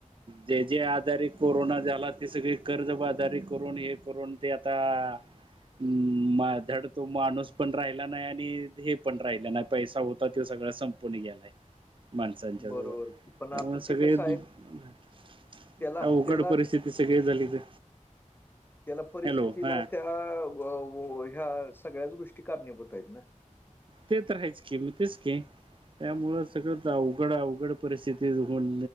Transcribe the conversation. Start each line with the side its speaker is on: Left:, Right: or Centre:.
Right: जे जे आजारी कोरोना झाला ते सगळे कर्जबाजारी करून हे करून ते आता आ हम् मा धड तो माणूस पण राहिला नाही आणि हे पण राहिला नाही पैसा होता तो सगळा स पून गेलाय. माणसांच्याजवळ
Left: बरोबर पण
Right: त्यामुळे
Left: आता
Right: सगळेवघड
Left: ते कसं आहे त्याला त्याला
Right: परिस्थिती ते सगळे झाले ते
Left: त्याला परिस्थितीला
Right: हॅलो हा
Left: त्या वा व ह्या सगळ्याच गोष्टी कारणी होत आहेत ना.
Right: ते तर हाच की म तेच की. त्यामु सगळं अवघड अवघड परिस्थिती होन